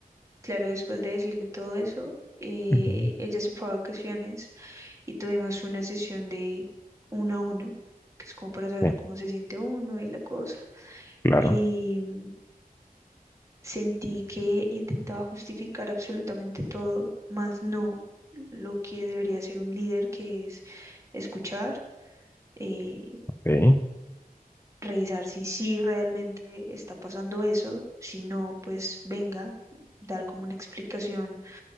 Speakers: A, on the right; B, on the left.
A: claro, después de decirle todo eso, eh,
B: Ujú.
A: ella se fue a vacaciones y tuvimos una sesión de uno a uno, que es como para saber
B: Sí.
A: cómo se siente uno y la cosa.
B: Claro.
A: y mm, sentí que intentaba justificar absolutamente todo, más no lo que debería ser un líder, que es escuchar, eh,
B: ok.
A: revisar si sí realmente está pasando eso, si no, pues venga, dar como una explicación,